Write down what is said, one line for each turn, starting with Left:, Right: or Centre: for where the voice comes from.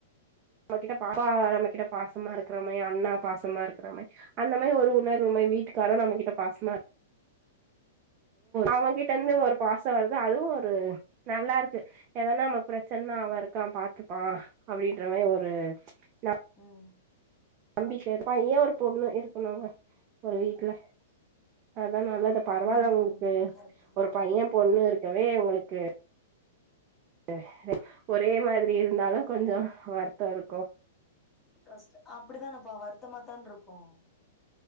Right: நம்ம கிட்ட பா நம்ம கிட்ட பாசமா இருக்கிற மாரி அண்ணா பாசமா இருக்குறா மாறி அந்த மாரி ஒரு ஊர்ல நம்ம வீட்டுக்கார நம்ம கிட்ட பாசமா இருக்க அவன் கிட்ட இருந்து ஒரு பாசம் வருது அதுவும் ஒரு நல்லா இருக்கு எதன்னா நம் பிரச்சனைன்னா அவ இருக்கான் பாத்துப்பான் அப்பிடின்ற மாரி ஒரு ந
Left: ம் ம்
Right: தம்பி கேப்பான் ஏன் ஒரு பொண்ணு இருக்கணும்ங்க ஒரு வீட்ல அதான் நல்லது பரவால்ல
Left: ம்
Right: க்கு
Left: கரெக்ட்டு தா
Right: ஒரு பையன் பொண்ணு இருக் இதுவே உங்களுக்கு ம் ஒரே மாரி எப்பிடி இருந்தாலும் கொஞ்சம் வருத்தம் இருக்கு
Left: கஷ்ட அப்பிடித்தானப்பா வருத்தமாதான் இருக்கும்